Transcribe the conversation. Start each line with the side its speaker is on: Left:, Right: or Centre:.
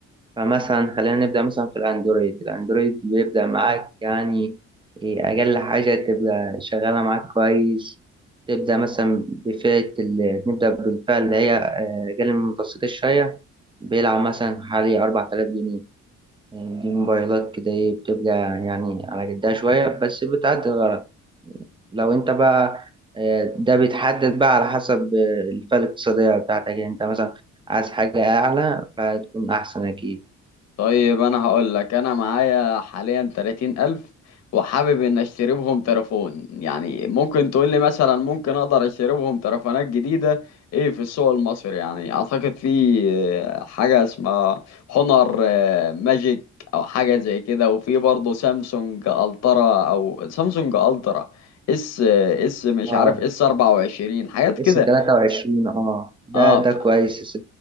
Right: فمثلا خلينا نبدأ مثلا في الاندرويد الاندرويد بيبدأ معاك يعني إيه، اقل حاجة تبقى شغالة معاك كويس تبدأ مثلا بفئة ال- نبدأ بالفئة اللي هي آه، أقل من المتوسطة شوية بيلعب مثلا حوالي 4000 جنيه يعني دي موبايلات كده إيه بتبقى يعني على قدها شوية بس بتعدي الغرض لو انت بقى آه، ده بيتحدد بقى على حسب آه، الفئة الاقتصادية بتاعتك يعني انت مثلا عايز حاجة أعلى فهتكون أحسن أكيد
Left: طيب انا هقول لك انا معايا حاليا 30000 الف وحابب ان اشتري بهم تليفون يعني ممكن تقول لي مثلا ممكن اقدر اشتري بهم تليفونات جديدة ايه في السوق المصري يعني اعتقد في آه، حاجة اسمها هونر آه، ماجيك او حاجة زي كده وفي برضه سامسونج الترا او سامسونج الترا اس اس مش
Right: اه
Left: عارف اس 24 حاجات كده
Right: اس 23 اه ده
Left: اه
Right: ده
Left: ف...
Right: كويس